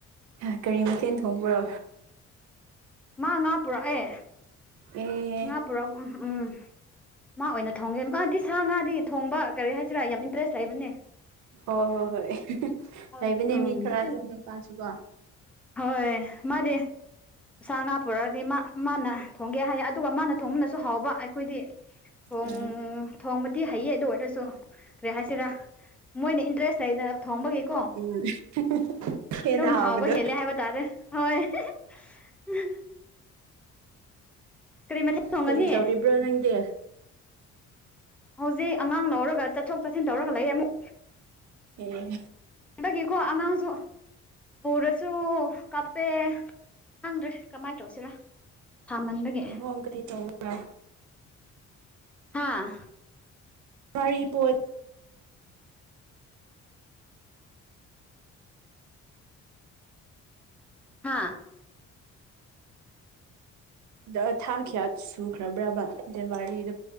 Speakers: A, on the right (about 70°); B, in the centre.
A: ꯍꯥ ꯀꯔꯤ ꯃꯊꯦꯜ ꯊꯣꯡꯕ꯭ꯔꯣ
B: ꯃꯥ ꯉꯥ ꯄꯨꯔꯛꯑꯦ
A: ꯑꯦ
B: ꯉꯥ ꯄꯨꯔꯝ ꯎꯝ ꯎꯝ ꯃꯥ ꯑꯣꯏꯅ ꯊꯣꯡꯒꯦ ꯃꯥꯗꯤ ꯁꯥ ꯉꯥꯗꯤ ꯊꯣꯡꯕ ꯀꯔꯤ ꯍꯥꯏꯁꯤꯔꯥ ꯌꯥꯝ ꯏꯟꯇꯔꯦꯁ ꯂꯩꯕꯅꯦ
A: ꯍꯣꯏ ꯍꯣꯏ ꯍꯣꯏ
B: <unintelligible>
A: ꯂꯩꯕꯅꯦ
B: ꯎꯝ
A: ꯃꯤ ꯈꯔ ꯑꯗꯨꯝ ꯅꯨꯄꯥꯁꯨꯀꯣ
B: ꯍꯣꯏ ꯃꯥꯗꯤ ꯁꯥ ꯉꯥ ꯄꯨꯔꯛꯑꯗꯤ ꯃꯥ ꯃꯥꯅ ꯊꯣꯡꯒꯦ ꯍꯥꯏꯌꯦ ꯑꯗꯨꯒ ꯃꯥꯅ ꯊꯣꯡꯕꯅꯁꯨ ꯍꯥꯎꯕ ꯑꯩꯈꯣꯏꯗꯤ ꯊꯣꯡ
A: ꯎꯝ
B: ꯊꯣꯡꯕꯗꯤ ꯍꯩꯌꯦ ꯑꯗꯨ ꯑꯣꯏꯔꯁꯨ ꯀꯔꯤ ꯍꯥꯏꯁꯤꯔꯥ ꯃꯣꯏꯅ ꯏꯟꯇꯔꯦꯁ ꯂꯩꯅ ꯊꯣꯡꯕꯒꯤꯀꯣ
A: ꯎꯝ <unintelligible> ꯍꯦꯟꯅ
B: ꯑꯗꯨꯝ
A: ꯍꯥꯎꯕꯗꯣ
B: ꯍꯥꯎꯕ ꯍꯦꯜꯂꯦ ꯍꯥꯏꯕ ꯇꯥꯔꯦ ꯍꯣꯏ <unintelligible> ꯀꯔꯤ ꯃꯊꯦꯜ ꯊꯣꯡꯒꯅꯤ
A: ꯀꯔꯤ ꯇꯧꯔꯤꯕ꯭ꯔꯣ ꯅꯪꯗꯤ
B: ꯍꯧꯖꯤꯛ ꯑꯉꯥꯡ ꯂꯧꯔꯒ ꯆꯠꯊꯣꯛ ꯆꯠꯁꯤꯟ ꯇꯧꯔꯒ ꯂꯩꯌꯦ ꯑꯃꯨꯛ
A: ꯑꯦ
B: ꯍꯟꯗꯛꯀꯤꯀꯣ ꯑꯉꯥꯡꯖꯨ ꯄꯨꯔꯁꯨ ꯀꯞꯄꯦ ꯈꯪꯗ꯭ꯔꯦ ꯀꯃꯥꯏ ꯇꯧꯁꯤꯔꯥ ꯁꯥꯃꯟꯕꯒꯤ
A: ꯍꯣꯡ ꯀꯔꯤ ꯇꯧꯕ꯭ꯔꯥ
B: ꯍꯥꯥ
A: ꯀꯔꯤ ꯄꯣꯠ
B: ꯍꯥꯥ
A: ꯗ ꯊꯥ ꯀꯌꯥ ꯁꯨꯈ꯭ꯔꯕ꯭ꯔꯕ ꯖꯟꯋꯥꯔꯤꯗ